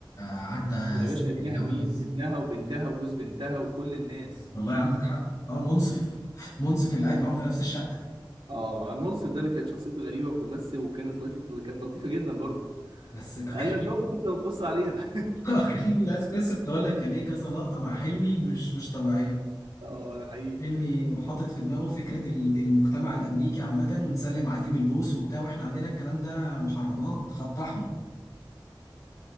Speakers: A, on the left (about 40°); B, on the right (about 85°).
A: عدى
B: يا
A: سن
B: باشا ابنها
A: الجواز
B: مين ابنها وبنتها وجوز بنتها وكل الناس
A: والله عندك حق اه منصف <laughs> منصف اللي قاعد معاهم في نفس الشقة
B: اه وحمد منصف ده اللي كانت شخصيته غريبه وكان بس وكانت لطيفه اللي كانت لطيفه جدا برضه
A: بس <laughs> كان
B: قال لي انا شفتك انت بتبص عليها
A: <laughs> كان ليه لازم لسه كنت اقول لك كان ليه كذا لقطه مع حلمي مش مش طبيعيه
B: <laughs> اه ده حقيقي
A: حلمي حاطط في دماغه فكره ال- المجتمع الامريكي عامه ونسلم عادي بالبوس وبتاع واحنا عندنا الكلام ده محرمات خط احمر